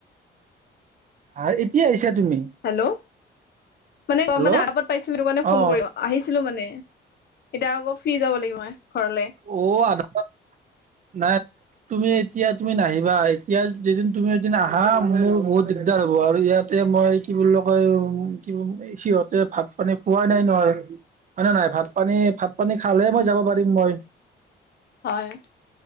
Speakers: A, on the right; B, on the left.
A: হাঁ এতিয়া আহিছা তুমি।
B: হেল্ল, মানে
A: হেল্ল'
B: অ মানে আৰাপত পাইছিলো তোৰ কাৰণে ফোন
A: অ
B: কৰিলোঁ। আহিছিলো মানে এতিয়া আকৌ ফ্ৰী যাব লাগিব মই ঘৰলে।
A: অ, আৰোপত নাই। তুমি এতিয়া তুমি নাহিবা, এতিয়া যদি তুমি এদিন আহা মোৰ বহুত দিগদাৰ হ'ব। আৰু ইয়াত তেয় মই কি বুলি কয় উম কি সিহঁতে ভাত পানী খোৱাই নাই নহয়। হয় নে নহয় ভাত পানী ভাত পানী খালে মই যাব পাৰিম মই
B: হয়।